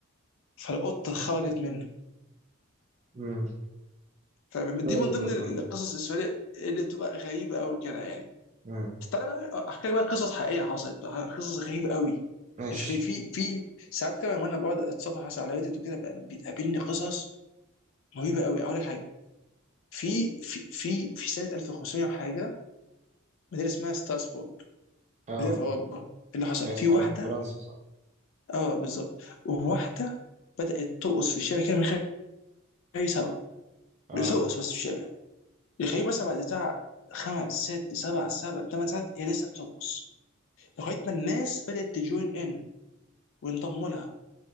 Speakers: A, on the left (about 60°); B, on the right (about 30°).
A: فالقطه خرجت منه
B: مم.
A: فدي
B: إيه رأيك
A: من
B: القصة
A: ضمن القصص
B: دي
A: السوريه اللي بتبقى غريبه قوي كده يعني
B: مم.
A: تعالى بقى احكي لك بقى قصص حقيقيه حصلت بقى قصص غريبه قوي
B: ماشي
A: في في في ساعات كده وانا بقعد اتصفح مثلا على ريدت وكده بقى بتقابلني قصص رهيبه قوي اقول لك حاجه في في في في سنه 1500 وحاجه مدينه اسمها ستاسبورغ
B: اه
A: مدينه في اوروبا اللي حصل
B: يس
A: في واحده
B: عارف فرنسا صح
A: اه بالظبط واحده بدات ترقص في الشارع كده من غير اي سبب
B: اه
A: بترقص بس في الشارع يخليه مثلا بعد بتاع خمس ست سبع سبع ثمان ساعات هي لسه بترقص لغايه ما الناس بدات تجوين ان وينضموا لها